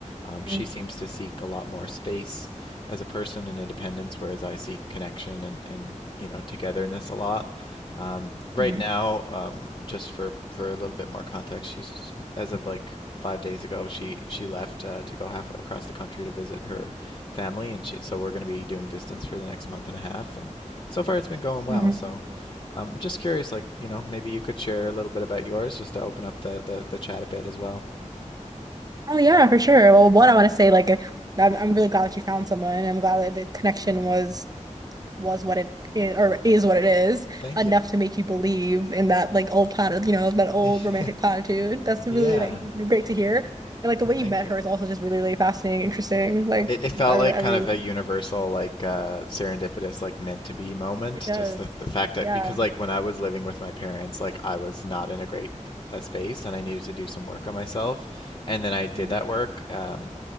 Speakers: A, on the left; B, on the right.
A: Um,
B: hmm
A: she seems to seek a lot more space as a person and independence, whereas I seek connection and, and you know, togetherness a lot. Um, right
B: hmm
A: now, um, just for, for a little bit more context, she's as of like five days ago, she she left uh, to go halfway across the country to visit her family, and she, so we're going to be doing distance for the next month and a half, and so far, it's been going well.
B: hmm
A: So, um, I'm just curious, like, you know, maybe you could share a little bit about yours just to open up the the, the chat a bit as well.
B: Oh yeah, for sure. Well, one, I want to say like I'm I'm really glad that you found someone. I'm glad that the connection was was what it is or is what it is
A: Thank
B: enough
A: you.
B: to make you believe in that like old platitude, you know, that old
A: <laughs>
B: romantic platitude. That's really
A: Yeah,
B: like great to hear. And like the way
A: thank
B: you met
A: you.
B: her is also just really, really fascinating, interesting. Like
A: It, it felt
B: I really,
A: like
B: I
A: kind
B: really,
A: of a universal, like uh, serendipitous, like meant to be moment.
B: it does.
A: Just the, the fact that
B: Yeah.
A: because like when I was living with my parents, like I was not in a great uh, space and I needed to do some work on myself. And then I did
B: hmm
A: that work, um,